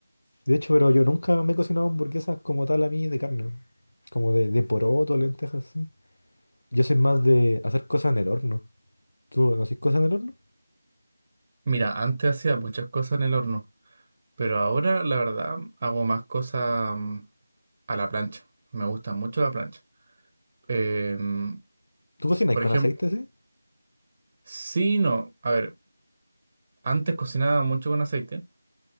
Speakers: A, on the left; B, on the right.
A: De hecho, pero yo nunca me he cocinado hamburguesas como tal a mí de carne. Como de, de poroto, lentejas, así Yo soy más de hacer cosas en el horno. ¿Tú no haces cosas en el horno?
B: Mira, antes hacía muchas cosas en el horno, pero ahora la verdad hago más cosas mm, a la plancha. Me gusta mucho la plancha. Em,
A: ¿Tú cocinas
B: por
A: con
B: ejemplo,
A: aceite, sí?
B: sí, no. A ver, antes cocinaba mucho con aceite.